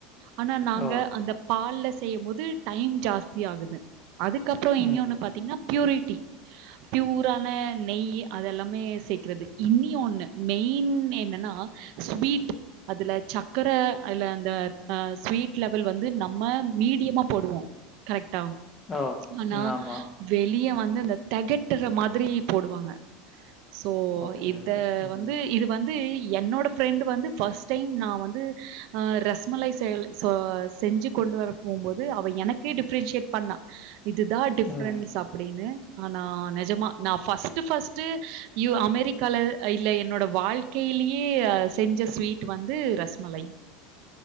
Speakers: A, on the right (about 65°); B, on the left (about 25°).
A: ஆனா நாங்க
B: ஓ!
A: அந்த பால்ல செய்யம்போது டைம் ஜாஸ்தி ஆகுது அதுக் கப்றோ இன்யொன்னு
B: ம்.
A: பாத்தீங்னா ப்யூரிட்டி ப்யூரான நெய் அதெல்லாமே சேக்கிறது இனியொன்னு மெய்ன் என்னனா ஸ்வீட் அதுல சக்கர இல்ல அந்த அ ஸ்வீட் லெவல் வந்து நம்ம மீடியமா போடுவோ கரெக்டா
B: ஓ!
A: ஆனா
B: ம். ஆமா.
A: வெளிய வந்து இந்த தெகட்ற மாதிரி போடுவாங்க சோ
B: ஓகே,
A: இத
B: ஓகே. ம்,
A: வந்து இது வந்து என்னோட ஃப்ரெண்ட் வந்து ஃபஸ்ட் டைம் நா வந்து அ ரஸ் மலாய் செயல் சோ செஞ்சு கொண்டு வர போம்போது அவ எனக்கே டிஃப்ரென்ஷியேட் பண்ணா இதுதா டிஃப்ரன்ஸ்
B: ம்.
A: அப்டினு ஆனா நெஜமா நா ஃபஸ் ட்டு ஃபஸ்ட்டு யூ அமெரிக்கால இல்ல என்னோட வாழ்க்கைலியே அ செஞ்ச ஸ்வீட் டு வந்து ரஸ் மலய்